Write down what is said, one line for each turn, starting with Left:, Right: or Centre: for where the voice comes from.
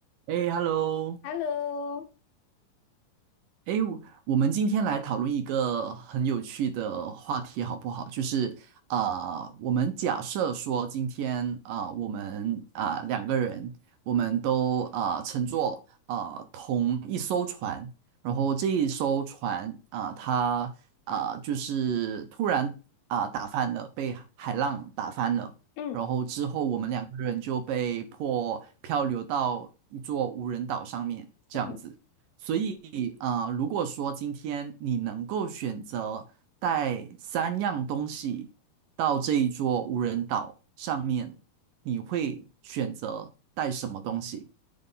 Right: 哎，hello，
Left: Hello，
Right: 哎，我我们今天来讨论一个很有趣的话题，好不好？就是啊、呃我们假设说今天啊、呃我们啊、两个人，我们都啊、呃乘坐啊、呃同一艘船，然后这一艘船啊、它啊、就是突然啊、打翻了，被海浪打翻了，
Left: 嗯
Right: 然后之后我们两个人就被迫漂流到一座无人岛上面，这样子。
Left: 嗯
Right: 所以，啊，如果说今天你能够选择带三样东西到这一座无人岛上面，你会选择带什么东西？